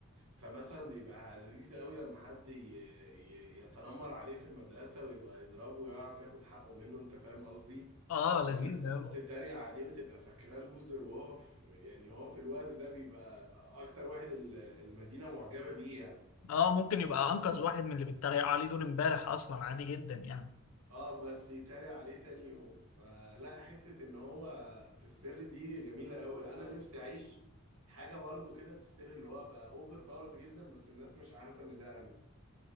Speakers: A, on the right; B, on the left.
A: فمثلا بيبقى لذيذ قوي لما حد ي... ي... يتنمر عليه في المدرسة ويبقى يضربه ويعرف ياخد حقه منه انت فاهم قصدي
B: اه لذيذة
A: والناس تقعد
B: أوي.
A: تتريق عليه وتبقى فاكراه لوزر وهو في... يعني هو في الوقت ده بيبقى اكتر واحد ال- المدينة معجبة بيه يعني.
B: اه ممكن يبقى انقذ واحد من اللي بيتريقوا عليه دول امبارح اصلا عادي جدا يعني
A: اه بس يتريق عليه تاني يوم فلا حتة ان هو في السر دي جميلة قوي انا نفسي اعيش حاجة برضو كده في السر اللي هو بقى اوفر باورد جدا بس الناس مش عارفة ان ده انا